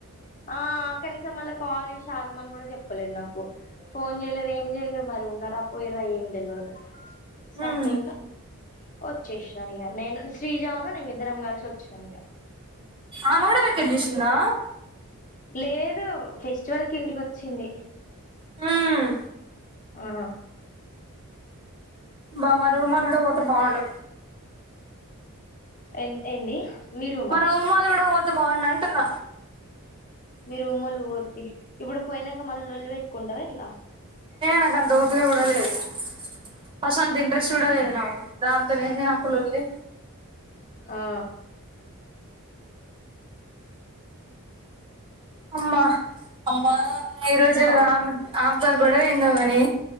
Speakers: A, on the left (about 35°); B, on the right (about 25°).
A: ఆ కనీసం మళ్ళా కాల్ చేసి ఆగమని కూడా చెప్పలేదు నాకు ఫోన్ చేయలేదు ఏం చేయలేదు మరి ఉ న్నార పోయిరా ఏమి తెల్వదుసపు
B: ఉమ్.
A: అనే వచ్చేసినాను ఇగ నేను శ్రీజా నును నేను ఇద్దరం కలిసివచ్చినం, ఇగ
B: అ ముడ వికట్‌ చూసిన్నా
A: లేదు ఫెస్టివల్ కి ఇంటికి వచ్చింది
B: ఉమ్,
A: ఆ
B: బమా రూమ్. లోతోపోతే బావుండు
A: ఎన్ ఏంది మీ రూమా
B: మా రూమ్ వాళ్ళుకూడా పోతెబావున్నం టున్న
A: మీ. రుమోళ్ళు పోర్తి తీఇప్పుడు పోయినంక మళ్ళ లొల్లిపెట్టుకుంటావా ఎట్ల
B: నాక అంత ఊతుగా కూడ లేదు ఫస్ట్ అంత ఇంట్రెస్ట్ చూ లేదు నాకు దాంతనేంది నాకు లొల్లి
A: ఆ
B: అమ్మా అమ్మా ఈరోజు
A: తిన్నవా
B: ఆమె ఆమ్ త గొడవందని